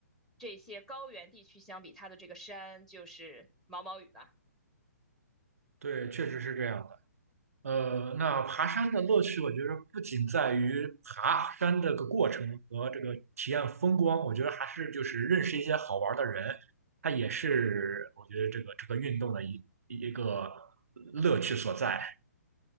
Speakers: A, in the centre; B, on the right.
A: 这些高原地区相比，它的这个山就是毛毛雨了。
B: 对，确实是这样的。呃，那爬山的乐趣，我觉得不仅在于爬山这个过程和这个体验风光，我觉得还是就是认识一些好玩的人，它也是我觉得这个这个运动的一一个乐趣所在。